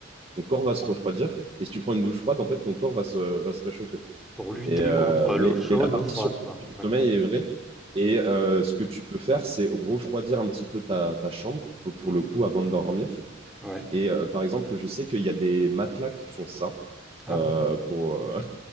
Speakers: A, on the right; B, in the centre.
A: ton corps va se refroidir. Et si tu prends une douche froide, en fait, ton corps va se, va se réchauffer.
B: Pour lutter
A: Et, euh,
B: contre
A: mais,
B: l'eau chaude,
A: mais la partie
B: l'eau froide,
A: sur,
B: quoi.
A: sur
B: D'accord.
A: le sommeil est vraie. Et
B: Mm.
A: euh, ce que tu peux faire, c'est refroidir un petit peu ta, ta chambre, pour
B: Mhm.
A: le coup, avant de dormir.
B: Ouais.
A: Et euh, par exemple, je sais qu'il y a des matelas qui font ça
B: Ah,
A: euh,
B: ouais.
A: pour, euh,